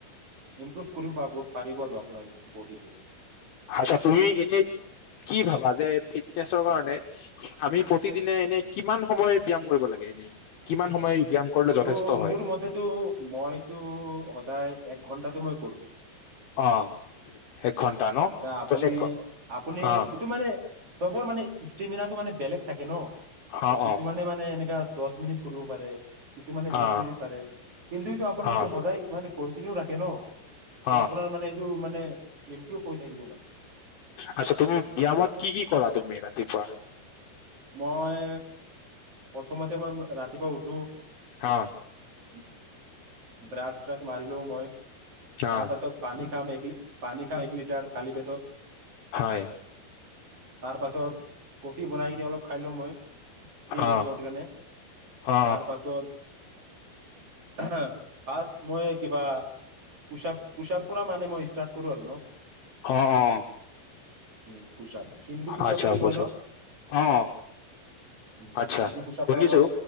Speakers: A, on the right; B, on the left.
A: ইম্প্ৰুভ কৰিব পাব পাৰিব আৰু আপোনাৰ বডিটো
B: আচ্ছা তুমি এনে কি ভাবা যে ফিটনেচৰ কাৰণে আমি প্ৰতিদিনে এনে কিমান সময় ব্যায়াম কৰিব লাগে এনে কিমান সময় ব্যায়াম কৰিলে
A: এইটো
B: যথেষ্ট হয়
A: মোৰ মতেটো মইতো সদায় এক ঘন্টাতো মই
B: অ এক ঘন্টা ন
A: এ আপুনি
B: ত এক ঘ-
A: আপুনি
B: অ
A: এইটো মানে চবৰ মানে ষ্টেমিনাটো মানে বেলেগ থাকে ন ত'
B: অ
A: কিছুমানে
B: অ
A: মানে এনেকা দছ মিনিট কৰিব পাৰে কিছুমানে বিশ
B: অ
A: মিনিট পাৰে কিন্তুটো আপুনি
B: অ
A: যদি সদায় মানে কনটিনিউ ৰাখে ন তো
B: অ
A: আপোনাৰ মানে তো মানে ইম্প্ৰুভ হৈ থাকিব মানে
B: আচ্ছা তুমি ব্যায়ামত কি কি কৰা তুমি ৰাতিপুৱা
A: মই প্ৰথমতে মই ৰাতিপুৱা উঠো
B: হা
A: উম ব্ৰাচ চ্ৰাছ মাৰি লও মই তাৰ
B: অ
A: পাছত পানী খাম এক পানী খাওঁ এক লিটাৰ খালী পেটত।
B: হয়।
A: তাৰ পাছত কফি বনাই কিনি অলপ খাই লো মই। প্ৰি
B: অ
A: ৱৰ্কআউট কাৰণে,
B: অ
A: তাৰ পাছত হ। বাছ মই কিবা পোচাপ পোচাপ পৰা মানে মই ষ্টাৰ্ট কৰো আৰু ন।
B: অ অ।
A: উম। পোচাপ হিন্দু পোচাপ
B: আচ্ছা
A: বুলি
B: হ'ব
A: কয়
B: ছাৰ
A: ন।
B: অ
A: উম
B: আচ্ছা
A: হিন্দু পোচাক
B: শুনিছো
A: পৰা মই